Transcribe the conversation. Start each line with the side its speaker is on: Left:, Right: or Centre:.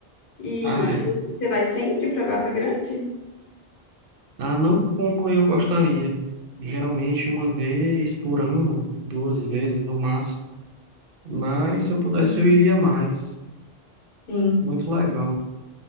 Left: E
Right: Ah, é.
Left: e você você vai sempre para Barra Grande?
Right: Ah, não como eu gostaria. Geralmente uma vez por ano, duas vezes no máximo. Mas se eu pudesse,
Left: Hum,
Right: eu iria mais.
Left: Sim.
Right: Muito legal.